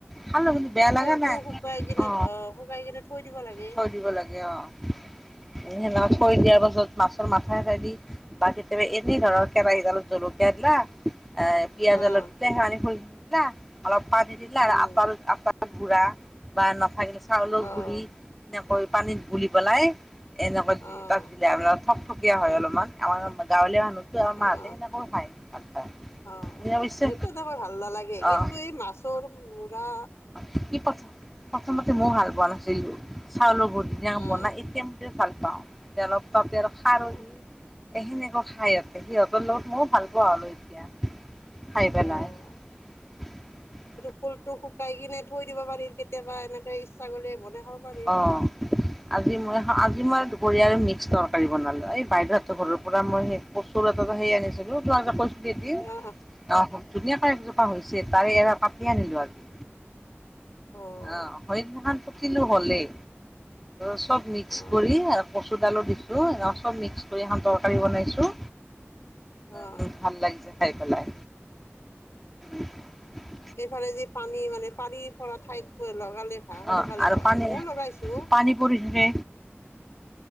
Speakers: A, in the centre; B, on the left.
A: ভাল বেয়া
B: ফুলটো
A: লগা নাই
B: শুকাই কিনে
A: অ
B: শুকাই কিনে থৈ দিব লাগে
A: থৈ দিব লাগে অ <unintelligible> সেনেকা থৈ দিয়াৰ পাছত মাছৰ মাথা এটা দি বা কেতিয়াবা এনে ধৰণৰ কেৰাহীত অলপ জলকীয়া এটলা এ পিয়াজ
B: অ',
A: অলপ দিলে সানি থৈ দিলা, অলপ পানী দিলা
B: উম
A: আৰু আপ আ গুড়া বা নাথাকিলে চাউলৰ
B: অ',
A: গুড়ি সেনেকৈ পানীত গুলি পেলাই এনেকুৱা
B: অ',
A: তাত দিলে আম ঠকথকীয়া হয় অলপমান আমাৰ গাঁৱলীয়া মানুহ সিহৰ
B: অ',
A: মাতে সেনেকৈ খায় ভাল পায়
B: অ
A: অৱশ্যে
B: এই তেনেকৈ ভাল নালাগে কিন্তু
A: অ
B: এই মাছৰ মূৰা
A: ই প্ৰথম প্ৰথমতে মো হাত ব চাউলৰ বনাই
B: অ',
A: এতিয়া ম ভাল পাওঁ এয়া অলপ বাপেয় খাৰলী
B: অ',
A: এ সেনেকা খাই সিহঁতৰ লগত মই ভাল পা ক আৰু এতিয়া খাই পেলাই।
B: অঁ
A: <unintelligible>
B: টো ফুলটো শুকাই কিনে থৈ দিব পাৰিল কেতিয়াবা এনেকে ইচ্ছা কৰিলে বনাই খাব পাৰি
A: অ', আজি মই সাত দুপৰীয়া আৰু মিক্স তৰকাৰী বনালো এই বাইদেউহেতৰ ঘৰৰ পৰা মই সেই কচুৰ হাতত সেই আনিছিলো কৈছিলো দেদ
B: আহ
A: অ ধুনীয়াকৈ একজোপা হৈছে তাৰে এৰা কাটি আনিলো আজি
B: অ',
A: আহ হৰিত <unintelligible> পুতিলো হলেই চব মিক্স
B: অ',
A: কৰি আৰু কচুৰ দালো দিছো চব মিক্স কৰি এখন তৰকাৰী বনাইছো
B: অ',
A: বহুত ভাল লাগিছে খাই পেলাই <unintelligible>
B: সেই ফালে যি পানী মানে পানীৰ পৰা ঠাইত লগালে ভাৰা সোনকালে
A: অঁ আৰু
B: হয়
A: পানী
B: ময় লগাইছো
A: পানী পৰি থাকে